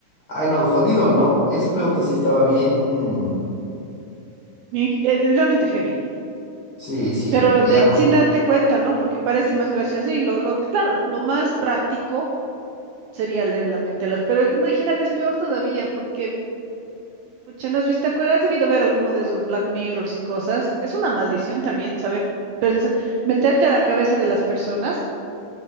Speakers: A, on the left; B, on the right.
A: ay, no, jodido, ¿no? Esa pregunta
B: Mm.
A: sí estaba bien.
B: Bien- eh, realmente heavy.
A: Sí, sí,
B: Pero
A: mira,
B: de-
A: porque.
B: sin darte cuenta, ¿no? Porque parece más gracioso y lo, lo, claro, lo más práctico sería leer la mente a las. Pero imagínate, es peor todavía, porque, pucha, ¿no has visto? ¿Te acuerdas? Has debido ver alguno de esos Black Mirrors y cosas. Es una maldición también saber pensar, meterte a la cabeza de las personas.